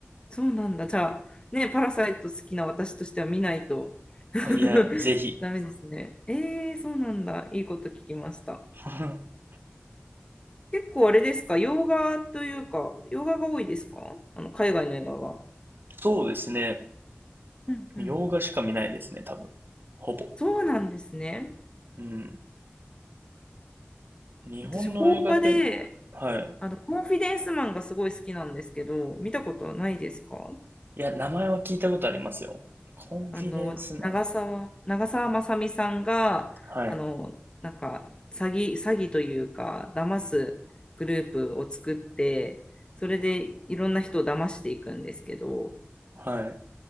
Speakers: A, on the left; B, on the right.
A: そうなんだ。じゃあ、ね、パラサイト好きな私としては見ないと
B: <laughs>
A: <laughs>
B: いや、ぜひ。
A: ダメですね。えー、そうなんだ。いいこと聞きました。
B: <laughs>
A: 結構あれですか、洋画というか、洋画が多いですかあの海外の映画が。
B: そうですね。
A: うんうん。
B: 洋画しか見ないですね、多分。ほぼ。
A: そうなんですね。
B: うん。日本の映画って、
A: 私、邦画で、
B: はい。
A: あの、コンフィデンスマンがすごい好きなんですけど、見たことはないですか
B: いや、名前は聞いたことありますよ。コンフィデンスマン。
A: あの、長澤、長澤まさみさんが、
B: はい。
A: あの、なんか、詐欺、詐欺というか、騙すグループを作って、それでいろんな人を騙していくんですけど、
B: はい。